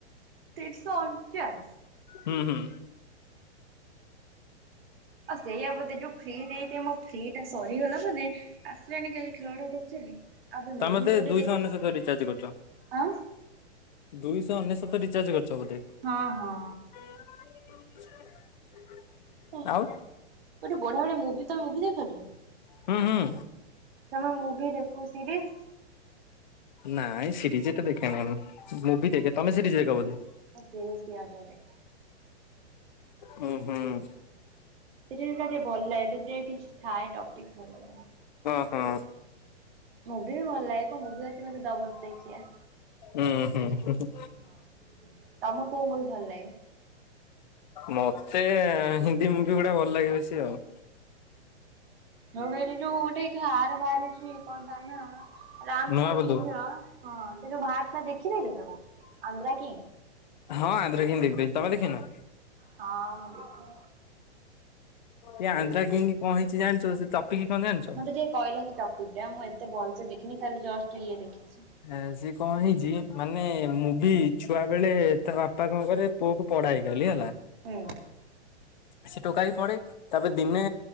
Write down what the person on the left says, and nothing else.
ହୁଁ ହୁଁ।
ତମେ ବୋଥେ
ଦୁଇଶହ
ଅନେଶତ ରିଚାର୍ଜ କରୁଛ?
ଦୁଇଶହ ଅନେଶ୍ୱତ ରିଚାର୍ଜ କରିଛ ବୋଧେ?
<inaudible>
ଆଉ
ହୁଁ ହୁଁ
ନାଇଁ ସିରିଜ ଏଟେ ଦେଖେ ନାହିଁ ମୁଁ ମୁଭି ଦେଖେ, ତମେ ସିରିଜ ଦେଖ ବୋଧେ?
ହୁଁ ହୁଁ।
ହଁ ହଁ।
ଉଁ ହୁଁ ହୁଁ ହୁଁଁ।
ମତେ ହିନ୍ଦୀ ମୁଭିି ଗୁଡା ଭଲ ଲାଗେ ବେଶୀ ଆଉ।
ନୂଆ
ବୋଧୁ।
ହଁ ଆନ୍ଧ୍ର କିଙ୍କ ଦେଖିଦେଇଚି ତମେ ଦେଖିନ?
ସେ ଆନ୍ଧ୍ରା କିଙ୍କ କଣ ହେଇଛି ଜାଣିଛ ସେ ଟପିକ କଣ ଜାଣିଛ?
ଏ ସିଏ କଣ ହେଇଛି ମାନେ ମୁଁବି ଛୁଆ ବେଳେ ତା ବାପା କ କରେ ପୁଅ କୁ ପଢାଏ ଗଲି ହେଲା।
ସେ ଟୋକା ବି ପଡେ ତାପରେ ଦିନେ